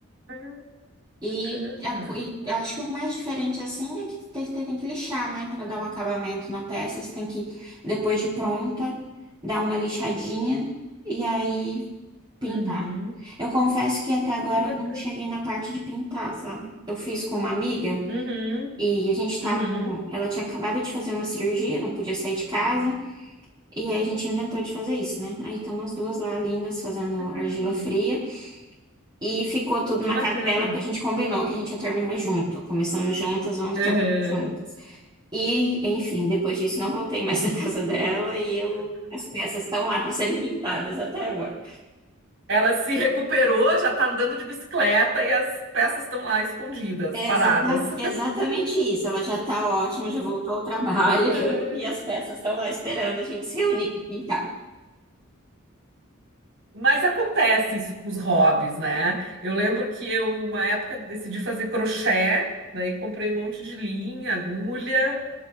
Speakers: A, on the right; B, on the right.
A: Ah,
B: E,
A: bacana.
B: a co- e acho que o mais diferente assim é que você tem tem que lixar, né, para dar um acabamento na peça. Você tem que, depois de pronta, dar uma lixadinha e aí pintar.
A: Uhum.
B: Eu confesso que até agora
A: Que bacana.
B: eu não cheguei na parte de pintar, sabe? Eu fiz com uma amiga.
A: Uhum.
B: E a gente tava
A: Uhum.
B: num... Ela tinha acabado de fazer uma cirurgia, não podia sair de casa. E aí a gente inventou de fazer isso, né? Aí estamos as duas lá, lindas, fazendo
A: Uhum.
B: argila fria. E ficou tudo
A: Que
B: na
A: bacana.
B: casa dela, porque a gente combinou que a gente ia terminar junto. Começamos juntas, vamos
A: Aham.
B: terminar juntas. E, enfim, depois disso não voltei mais <laughs> na casa dela. E eu... As peças estão lá para serem pintadas até agora.
A: Ela se recuperou, já tá andando de bicicleta e as peças estão lá escondidas,
B: Exata-
A: paradas.
B: Exatamente isso. Ela já tá ótima, já voltou ao trabalho.
A: <laughs>
B: <laughs> E as peças estão lá esperando a gente se reunir para pintar.
A: Mas acontece isso com os hobbies, né? Eu lembro que eu, uma época, decidi fazer crochê, daí comprei um monte de linha, agulha.